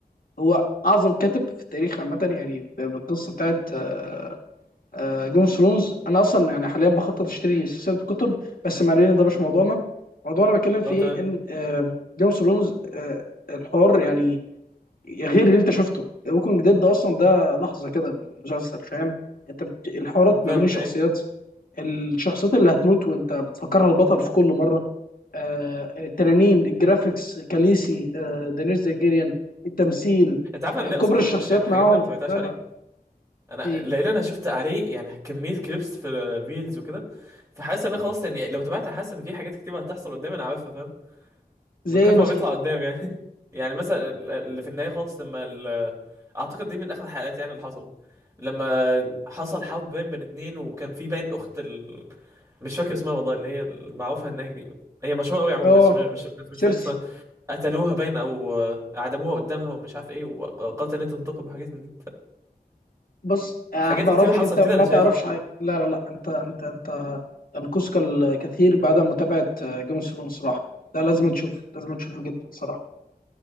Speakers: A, on the left; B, on the right.
A: هو اعظم كاتب في التاريخ عامه يعني ب- بالقصه بتاعت آه، جيم اوف ثرونز انا اصلا يعني حاليا بخطط اشتري سلسله الكتب بس ما علينا ده مش موضوعنا موضوعنا بتكلم فيه
B: <laughs> هو تمام
A: ان جيم اوف ثرونز الحوار يعني غير اللي انت شفته ووكينج ديد ده اصلا ده لحظه كده من المسلسل فاهم انت بت... الحوارات
B: فاهمك
A: ما بين الشخصيات
B: ايه
A: الشخصيات اللي هتموت وانت بتفكرها البطل في كل مره آه، التنانين الجرافيكس كاليسي آه، دانيس زيجيريان التمثيل
B: انت عارف انا
A: آه،
B: ليه
A: كبر
B: اصلا ما
A: الشخصيات
B: تبعتوش يعني حاجات
A: معاهم
B: انا ما تبعتهاش
A: لا
B: عليه
A: لا
B: انا
A: إيه؟
B: لان انا شفت عليه يعني كميه كليبس في فيلز وكده فحاسس ان انا خلاص يعني لو تبعت حاسس ان في حاجات كتير هتحصل قدامي انا عارفها فاهم
A: زي
B: من كتر
A: مثلا
B: ما بيطلع قدام يعني <laughs> يعني مثلا ال- اللي في النهاية خالص لما ال... اعتقد دي من اخر الحلقات يعني اللي حصلت لما حصل حب بين بين اتنين وكان في باين اخت ال... مش فاكر اسمها والله اللي هي المعروفة هناك دي هي مشهورة قوي عموما
A: اه
B: بس مش بس
A: سيرسي
B: مش فاكر اسمها قتلوها باين او آه، اعدموها قدامها ومش عارف ايه وقالت ان هي تنتقم وحاجات من دي ف-
A: بص أه
B: حاجات
A: بعرفك
B: كتير حصلت
A: انت ما
B: كده انا شايفها
A: تعرفش حاجه لا لا لا انت انت انت انقذك الكثير بعد متابعه جيم اوف ثرونز صراحه لا لازم تشوف لازم تشوفه جدا صراحه